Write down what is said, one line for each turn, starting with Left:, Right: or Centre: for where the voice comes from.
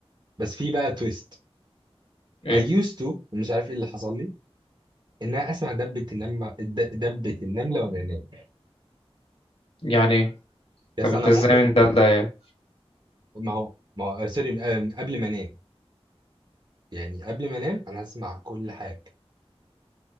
Right: بس في بقى تويست
Left: إيه
Right: I used to مش عارف ايه اللي حصل لي ان انا اسمع دبة النملة د- دبة النملة وانا نايم
Left: يعني إيه
Right: بس
Left: طب أنت
Right: انا
Left: إزاي
Right: ممكن
Left: من ده لده يعني
Right: ما هو ما هو آه، سوري آه، قبل ما انام يعني قبل ما انام انا اسمع كل حاجة